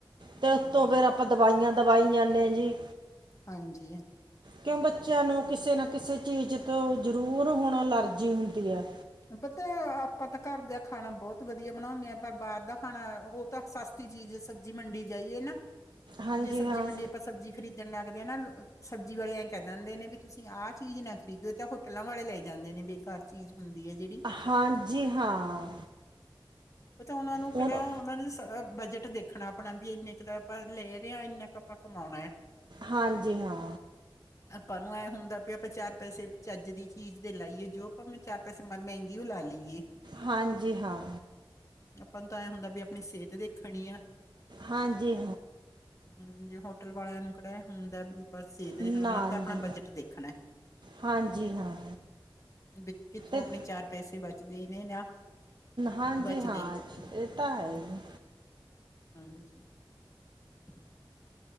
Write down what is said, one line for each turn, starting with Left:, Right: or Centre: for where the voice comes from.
Right: ਤੇ ਉਤੋਂ
Left: ਹਾਂਜੀ
Right: ਫਿਰ ਆਪਾਂ ਦਵਾਈਆਂ ਦਵਾਈ ਜਾਂਨੇ ਆ ਜੀ
Left: ਹਾਂਜੀ।
Right: ਕਿਉਂ ਬੱਚਿਆਂ ਨੂੰ ਕਿਸੇ ਨਾ ਕਿਸੇ ਚੀਜ਼ ਤੋਂ ਜ਼ਰੂਰ ਹੁਣ ਅਲਰਜੀ ਹੁੰਦੀ ਏ।
Left: ਪਤਾ, ਆਪਾਂ ਤਾਂ ਘਰ ਦਾ ਖਾਣਾ ਬਹੁਤ ਵਧੀਆ ਬਣਾਉਂਦੇ ਆ। ਪਰ ਬਾਹਰ ਦਾ ਖਾਣਾ ਉਹ ਤਾਂ ਸਸਤੀ ਚੀਜ਼ ਸਬਜ਼ੀ ਮੰਡੀ ਜਾਈਏ ਨਾ
Right: ਹਾਂਜੀ
Left: ਜੇ ਸਬਜ਼ੀ
Right: ਹਾਂ
Left: ਮੰਡੀ ਆਪਾਂ ਸਬਜੀ ਖਰੀਦਣ ਲੱਗ ਕਦੇ ਨਾ ਸਬਜ਼ੀ ਵਾਲੇ ਐ ਕਹਿ ਦਿੰਦੇ ਨੇ ਵੀ ਤੁਸੀਂ ਆਹ ਚੀਜ਼ ਨਾ ਖਰੀਦੋ, ਤਾਂ ਹੋਟਲਾਂ ਵਾਲੇ ਲਈ ਜਾਂਦੇ ਨੇ ਬੇਕਾਰ ਚੀਜ਼ ਹੁੰਦੀ ਹੈ ਜਿਹੜੀ
Right: ਹਾਂਜੀ, ਹਾਂ।
Left: ਪਤਾ ਉਹਨਾਂ ਨੂੰ ਕਿਹੜਾ
Right: ਹੁਣ
Left: ਉਹਨਾਂ ਨੇ ਸ ਬਜਟ ਟ ਦੇਖਣਾ, ਆਪਣਾ ਵੀ ਇੰਨੇ ਕੁ ਤਾਂ ਆਪਾਂ ਲੇ ਰਹੇ ਆ, ਇੰਨਾ ਕੁ ਆਪਾਂ ਕਮਾਉਣਾ ਏ।
Right: ਹਾਂਜੀ, ਹਾਂ।
Left: ਆਪਾਂ ਨੂੰ ਇਹ ਹੁੰਦਾ ਪ ਆਪਾਂ ਚਾਰ ਪੈਸੇ ਚੱਜ ਦੀ ਚੀਜ਼ ਦੇ ਲਾਈਏ, ਜੋ ਆਪਾਂ ਮੈਂ ਚਾਰ ਪੈਸੇ ਮ ਮਹਿੰਗੀ ਉਹ ਲਾ ਲਈਏ
Right: ਹਾਂਜੀ, ਹਾਂ।
Left: ਆਪਾਂ ਨੂੰ ਤਾਂ ਐ ਹੁੰਦਾ ਵੀ ਆਪਣੀ ਸਿਹਤ ਦੇਖਣੀ ਆ।
Right: ਹਾਂਜੀ
Left: ਹਾਂਜੀ, ਹੋਟਲ ਵਾਲਿਆਂ ਨੂੰ ਕਿਹੜਾ ਹੁੰਦਾ ਵੀ <unintelligible>
Right: ਨਾ
Left: ਉਹਨਾਂ ਨੇ ਤਾਂ ਆਪਣਾ
Right: ਜੀ
Left: ਬਜਟ ਦੇਖਣਾ।
Right: ਹਾਂਜੀ ਹਾਂ
Left: ਵੀ ਕਿੱਥੋਂ
Right: ਅਤੇ
Left: ਆਪਣੇ ਚਾਰ ਪੈਸੇ ਬਚ- ਚ ਦੇਣੇ ਨਾ
Right: ਹਾਂਜੀ।
Left: ਚਦੇ।
Right: ਹਾਂ ਇਹ
Left: ਹੂੰ।
Right: ਤਾਂ ਹੈ ਹੀ।
Left: ਹਾਂਜੀ। <inaudible>